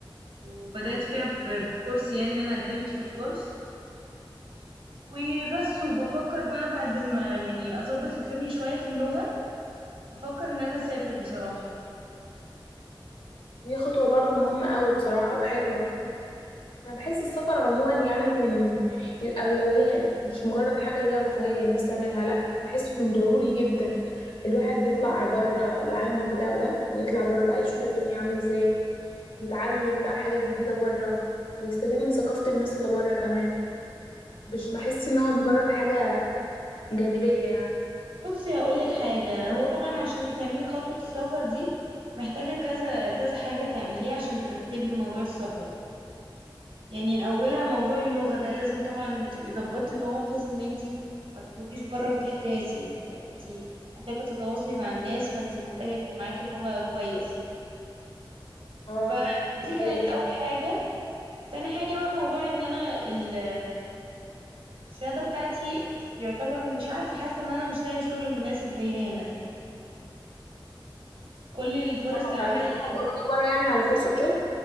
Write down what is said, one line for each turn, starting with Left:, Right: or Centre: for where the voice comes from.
Right: وبدات فيها ب- بالكورس يعني ان انا قدمت في الكورس وبس وبفكر بقى بعد ما يعني اظبط الدنيا شويه في اللغه بفكر ان انا اسافر بصراحه
Left: دي خطوة برضو مهمة قوي بصراحة وحلوة انا بحس السفر عموما يعني من من الاولويات مش مجرد حاجه اللي هي رفاهيه الناس تعملها لا بحسه انه ضروري جدا الواحد يطلع بره العالم بتاعه ده ويطلع بره بقى يشوف الدنيا عامله ازاي يتعلم بقى حاجات جديده بره ويستفيد من ثقافه الناس اللي بره كمان مش بحس ان هو مجرد حاجه جانبيه يعني
Right: بصي هقول لك حاجة هو طبعا عشان تعملي خطوة السفر دي محتاجة كذا كذا حاجة تعمليها عشان ترتبي موضوع السفر يعني أولها موضوع اللغة ده لازم طبعا تبقي ظبطتي اللغة بحيث إن انتي ما تخرجيش بره وتحتاسي ما انتي محتاجة تتواصلي مع الناس فانتي محتاجة يكون معاكي اللغة كويس فدي
Left: اه دي
Right: كانت
Left: حقيقه
Right: أول حاجة تاني حاجة بقى موضوع إن أنا ال- الشهادة بتاعتي يعتبر مش عارفة حاسة إن أنا مش لاقي شغل مناسب ليا هنا كل الفرص
Left: اه
Right: العمل
Left: فعشان كده هتدوري بره يعني على فرصه شغل